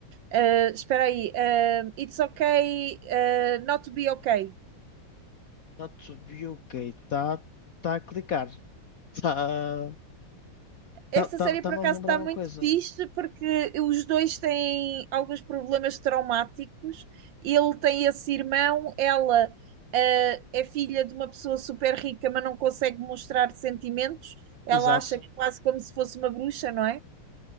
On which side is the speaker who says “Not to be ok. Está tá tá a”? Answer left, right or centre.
Left